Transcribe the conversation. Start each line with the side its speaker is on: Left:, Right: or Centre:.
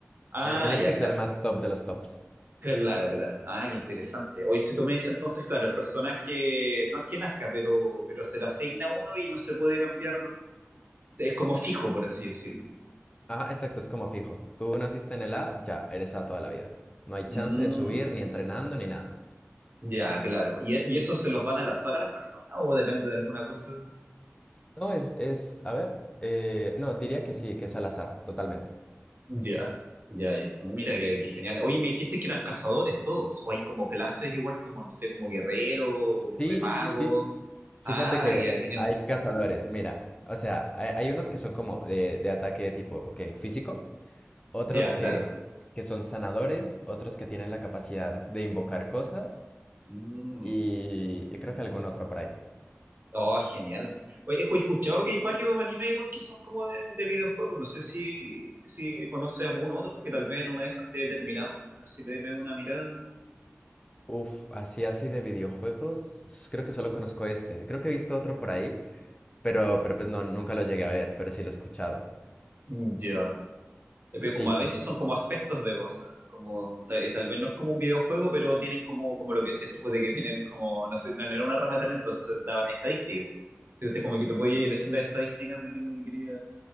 Right: Ah,
Left: e- el S
Right: ya,
Left: es
Right: claro.
Left: el más top de los tops.
Right: Claro, claro. Ah, qué interesante. Hoy si tú me dices entonces, claro, el personaje no es que nazca, pero, pero se lo asigna uno y no se puede cambiar, es como fijo, por así decirlo.
Left: Ah, exacto, es como fijo. Tú naciste en el A, ya eres A toda la vida. No hay chance
Right: Mm,
Left: de subir ni entrenando ni nada.
Right: ya, claro. ¿Y, e- y eso se los van al azar a las personas o depende de alguna cosa?
Left: No, es, es, a ver, eh, no, diría que sí, que es al azar, totalmente.
Right: Ya, ya, ya. Mira, qué, qué genial. Oye, me dijiste que eran cazadores todos, o hay como clases igual como, no sé, como guerrero,
Left: Sí,
Right: eh, mago.
Left: sí, sí. Fíjate
Right: Ah,
Left: que
Right: ya, genial.
Left: hay cazadores, mira, o sea, hay, hay unos que son como de, de ataque tipo que físico, otros
Right: Ya,
Left: que,
Right: claro.
Left: que son sanadores, otros que tienen la capacidad de invocar cosas
Right: Mm.
Left: y, y creo que algún otro por ahí.
Right: Oh, genial. Oye, he escuchado que hay varios animes igual que son como de, de videojuegos. No sé si, si conoces algún otro que tal vez en una de esas esté terminado. A ver si le pego una mirada.
Left: Uf, así así de videojuegos, s- creo que solo conozco este. Creo que he visto otro por ahí, pero, pero pues no, nunca lo llegué a ver, pero sí lo he escuchado.
Right: Mm, Ya. Eh, Pero
Left: Sí,
Right: como a
Left: sí,
Right: veces
Left: sí.
Right: son como aspectos de cosas. Como tal, tal vez no es como un videojuego, pero tienen como, como lo que decías tú, pues de que tienen como, no sé, no no era una rama de talento, entonces daban estadísticas. Entonces, como que tú podías elegir las estadísticas de quién lo que no quería